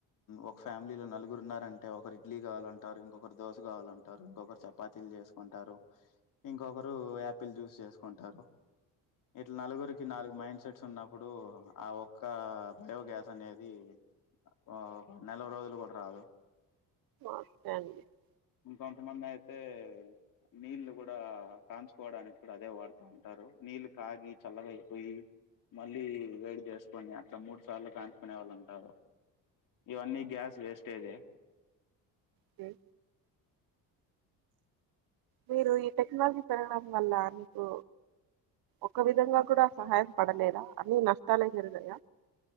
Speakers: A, on the left; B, on the right.
A: ఓక్ ఫ్యామిలీ లో నలుగురు ఉన్నారంటే ఒకరు ఇడ్లీ కావాలంటారు ఇంకొకరూ దోశ కావాలంటారు ఇంకొకర్ చపాతీలు చేసుకుంటా టరూ ఇంకొకరు యాపిల్ జ్యూస్ చేసుకుంటారు ఇట్లా నలుగురికి నాలుగు మైండ్ సెట్స్ ఉన్నాప్ ఇప్పుడు ఆ ఒక్క బయోగ్యాస్ అనేది ఆ నలుగు రోజులు ఒకటి రాదు
B: ఓకే అండి
A: ఇంకొంతమంది అయి తె నీళ్లు కూడా కాంచుకోవడానికి కూడా అదే వాడుత ఉంటారు నీళ్లు కాగి చల్లగా అయిపోయి మళ్ళీ వేడి చేసుకొని అట్లా మూడు సార్లు కాంచుకునే వాళ్ళు ఉంటారు ఇవన్నీ గ్యాస్ వేస్టేజే
B: హూ మీరు ఈ టెక్నాలజీ పెరగడం వల్ల మీకు ఒక విధంగా కూడా సహాయం పడలేదా అన్ని నష్టాలే జరిగాయా